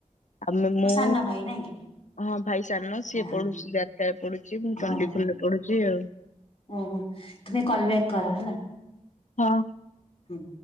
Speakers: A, on the left; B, on the left.
A: ଆମେ ମୁଁ
B: ମୋ ସାନ ଭାଇ ନାଇଁ କି
A: ହଁ ଭାଇ ସାନ। ସିଏ
B: ହଁ
A: ପଢୁଚି ଜାରକାରେ ପଢୁଚି ମୁଁ
B: ହଉ।
A: ଚଣ୍ଡିଖୋଲ ରେ ପଢୁଚି ଆଉ।
B: ଓହୋ। ତୁମେ କଲ୍ ବ୍ୟାକ୍ କର ହେଲା।
A: ହଁ
B: ହୁଁ।